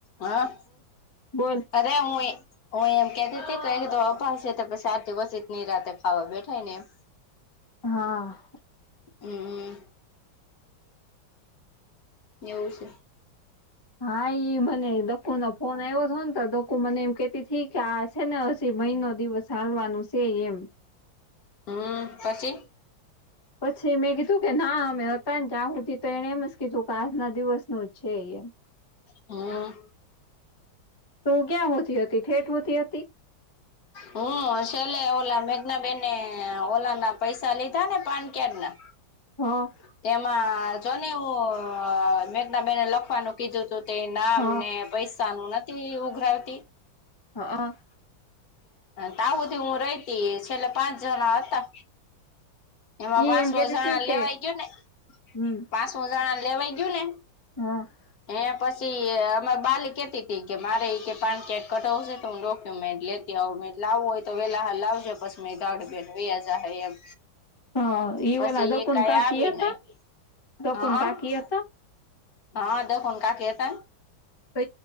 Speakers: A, on the left (about 55°); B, on the left (about 35°).
A: હા! હ!
B: બોલ
A: અરે હું એ હુ એમ કેતીતી કે અહીયે તો અભાવ સે તો પસ સાત બસની રાતે ખાવા બેઠાય ને એમ.
B: હા.
A: હમ. એવું છે.
B: હા ઈ મને ડકુ નો ફોન આવ્યો હતો ને તો ડકુ મને એમ કેતી થઇ કે આ છે ને હજી મહિનો દિવસ ચાલવાનું છે એમ.
A: હમ પછી?
B: પછી મેં કીધું કે ના અમે હતા ને ત્યા હુધી તો એણે એમ જ કીધું કે આજના દિવસનું જ છે એમ.
A: હમ.
B: તું ક્યાં હુંધી હતી ઠેઠ હુંધી હતી.
A: હમ છેલે ઓલા મેઘનાબેને ઓલા ના પૈસા લીધા ને પાન કાર્ડ ના.
B: હા.
A: તેમાં જો ને હું મેઘના બેેને લખવાનું કીધું તો તે નામ
B: હ
A: ને પૈસા નું નથી ઉઘરાવતી.
B: હા.
A: હા હુધી હું રહીતી છેલ્લે પાંચ જણા હતા. એમાં
B: ઈ
A: પાસો
B: એમ કેતી
A: જણા
B: હતી
A: લેવાય
B: કે
A: ગયું ને <unintelligible>
B: હમ
A: જણા લેવાય ગયું ને
B: હા.
A: હે પછી અમા બાલી કેતી કે મારે કે પાન કાર્ડ કઢાવશે તો હું ડોક્યુમેન્ટ લેતી આવું લાવવું હોય તો વેલા લાવજો પછી મે <unintelligible> બેેન વહી જાય એમ.
B: હા ઈ
A: પછી
B: ઓલા દકુન
A: એ કઈ
B: કાકી
A: આવી
B: હતા
A: નહી
B: દકુન
A: <unintelligible>
B: કાકી હતા
A: હા <unintelligible>
B: તો